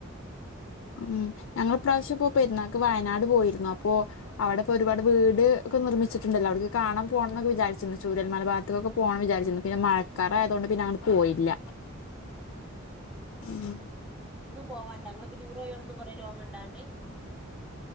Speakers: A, on the left; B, in the centre.
A: ഉം. ഞങ്ങൾ ഇപ്രാവശ്യപ്പോ പെരുന്നാക്ക് വയനാട് പോയിരുന്നു. അപ്പോ അവടെ ഒരുപാട് വീട് ഒക്ക നിർമ്മിച്ചിട്ട്ണ്ടല്ലോ. അവിടുക്ക് കാണാൻപോണംന്നൊക്കെ വിചാര്ച്ചരുന്നു. ചൂരൽമല ഭാഗത്തൊക്കെ പോണം വിചാരിച്ചിരുന്നു ഇപ്പോ മഴക്കാറായതോണ്ട് പിന്നെ അങ്ങട് പോയില്ല. ഉം
B: പോവാണ്ടാ ങ്ങള്പ്പ ടൂറോയോടത്ത്ന്നും കൊറേ ലോങ് ഇണ്ടോ അങ്ങട്?